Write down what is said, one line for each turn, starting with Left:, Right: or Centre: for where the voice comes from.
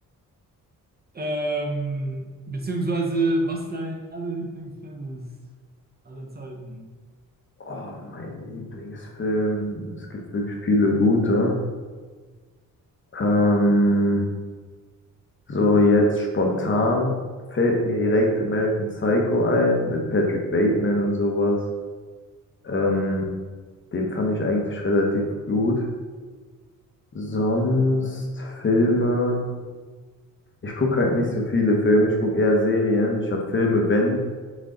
Right: ähm, beziehungsweise was dein aller Lieblingsfilm ist aller Zeiten.
Left: Oh, mein Lieblingsfilm. Es gibt wirklich viele gute. Ähm, so jetzt spontan fällt mir direkt American Psycho ein mit Patrick Bateman und sowas. Ähm, den fand ich eigentlich relativ gut. Sonst Filme. Ich gucke halt nicht so viele Filme, ich gucke eher Serien. Ich habe Filme, wenn.